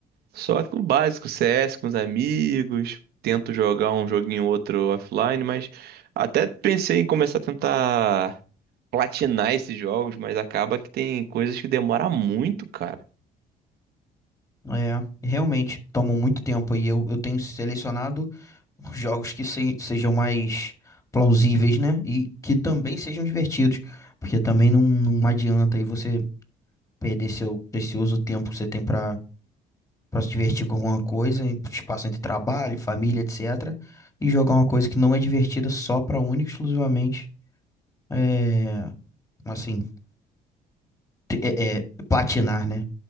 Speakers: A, on the right; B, on the left.
A: só que o básico, CS com os amigos. Tento jogar um joguinho ou outro offline, mas até pensei em começar a tentar platinar esses jogos, mas acaba que tem coisas que demora muito, cara.
B: É, realmente, tomou muito tempo e eu, eu tenho selecionado. jogos que se- sejam mais plausíveis, né? E que também sejam divertidos, porque também não, não adianta aí você perder seu precioso tempo que você tem pra para se divertir com alguma coisa, em espaço entre trabalho, família, etc. E jogar uma coisa que não é divertida só pra única e exclusivamente, é, assim, te- é, é, platinar, né?